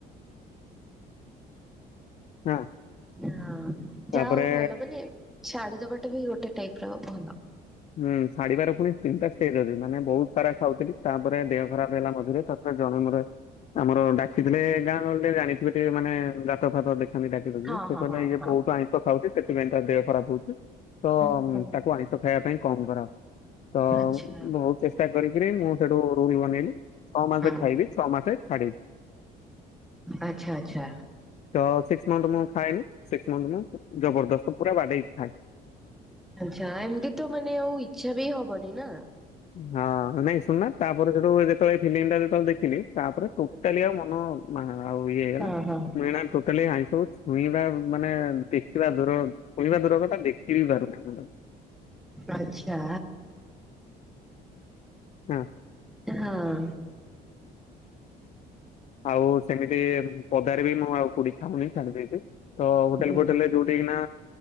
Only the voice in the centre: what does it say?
ହଁ
ଯାହା ହଉ ଭଲ ମାନେ ଛାଡ଼ି ଦବାଟା ବି ଗୋଟେ ଟାଇପ ର ଭଲ।
ହଁ
ହଁ
ହଁ
ହଁ।
ଓହୋ
ଆଚ୍ଛା
ହୁଁ
ଆଚ୍ଛା ଆଚଛା।
ଆ୍ଛା ଏମିତି ତ ମାନେ ଆଉ ଇଚ୍ଛା ବି ହବନି ନା।
ହୁଁ।
ହଁ ହଁ।
ଆଛା।
ହଁ।
ହୁଁ